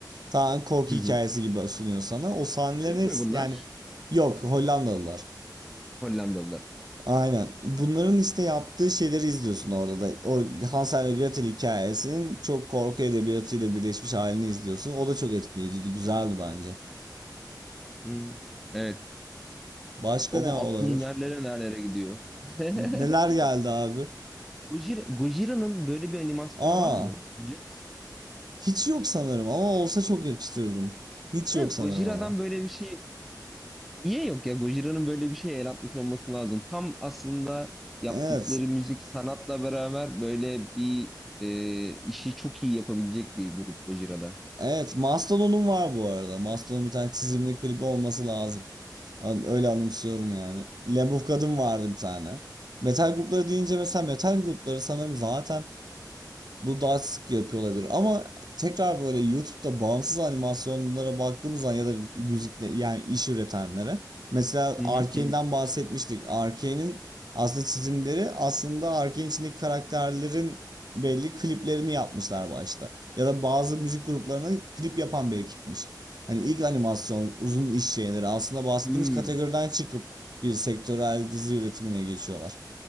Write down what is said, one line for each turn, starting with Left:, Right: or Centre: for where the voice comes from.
Right: Tamamen korku
Centre: Hı
Right: hikayesi
Centre: hı.
Right: gibi sunuyor sana. O sahnelerin
Centre: Türk
Right: hepsi
Centre: mü bunlar?
Right: yani yok Hollandalılar.
Centre: Hollandalılar.
Right: Aynen. Bunların işte yaptığı şeyleri izliyorsun orada da. O Hansel ve Gretel hikayesinin çok korku edebiyatıyla birleşmiş halini izliyorsun. O da çok etkileyiciydi. Güzeldi bence.
Centre: Hmm. Evet.
Right: Başka
Centre: Ama
Right: ne olabilir?
Centre: aklım nerelere nerelere gidiyor. <laughs>
Right: Neler geldi abi?
Centre: Gojira, Gojira'nın böyle bir animasyonu
Right: Aa,
Centre: var mı? Biliyor musun?
Right: hiç yok sanırım ama olsa çok yakıştırırdım. Hiç
Centre: Evet,
Right: yok sanırım
Centre: Gojira'dan
Right: ama.
Centre: böyle bir şey niye yok ya? Gojira'nın böyle bir şey el atmış olması lazım. Tam aslında yaptıkları
Right: Evet.
Centre: müzik sanatla beraber böyle bir e, işi çok iyi yapabilecek bir grup Gojira'da.
Right: Evet. Mastodon'un var bu arada. Mastodon'un bir tane çizimli klibi olması lazım. Hani Öyle anımsıyorum yani. Labubu Kadın vardı bir tane. Metal grupları deyince mesela metal grupları sanırım zaten Bu daha sık yapıyor olabilir ama tekrar böyle YouTube'da bağımsız animasyonlara baktığımız zaman ya da müzikle yani iş üretenlere mesela
Centre: Hı
Right: Arkane'den
Centre: hı hı. hı.
Right: bahsetmiştik. Arkane'in aslında çizimleri aslında Arkane içindeki karakterlerin belli kliplerini yapmışlar başta. Ya da bazı müzik gruplarına klip yapan bir ekipmiş. Hani ilk animasyon, uzun iş şeyleri aslında bahsettiğimiz
Centre: Hmm.
Right: kategoriden çıkıp bir sektörel dizi üretimine geçiyorlar.